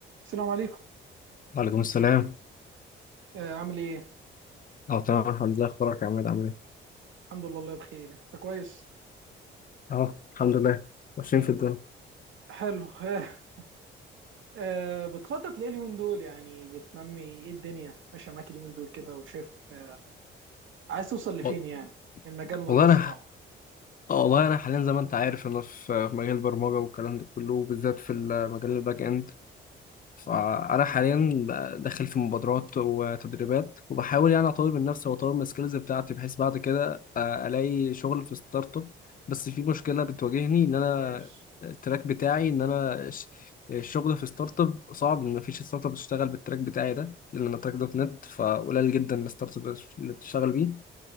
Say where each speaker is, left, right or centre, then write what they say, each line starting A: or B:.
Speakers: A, on the right; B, on the left.
A: السلام عليكم
B: وعليكم السلام
A: آه عامل ايه
B: اه تمام الحمد لله اخبارك يا عماد عامل ايه
A: الحمد لله الله بخير انت كويس
B: اه الحمد لله ماشيين في الدنيا
A: حلو <laughs> آه بتخطط ليه اليومين دول يعني بتنمي ايه الدنيا ماشيه معاك اليومين دول كده وشايف آه عايز توصل لفين
B: وال-
A: يعني من مجالنا
B: والله
A: ده الصراحه
B: انا ح- آه، والله انا حاليا زي ما انت عارف انا في في مجال البرمجه والكلام ده كله وبالذات في المجال الباك اند فأنا حاليا داخل في مبادرات وتدريبات وبحاول يعني أطور من نفسي وأطور من السكيلز بتاعتي بحيث بعد كده آه، ألاقي شغل في ستارت أب بس في مشكلة بتواجهني إن أنا
A: كويس
B: التراك بتاعي إن أنا ش- الشغل في ستارت أب صعب إن مفيش ستارت أب بتشتغل بالتراك بتاعي ده لأن أنا تراك دوت نت فقليل جدا الستارت أب اللي بتشتغل بيه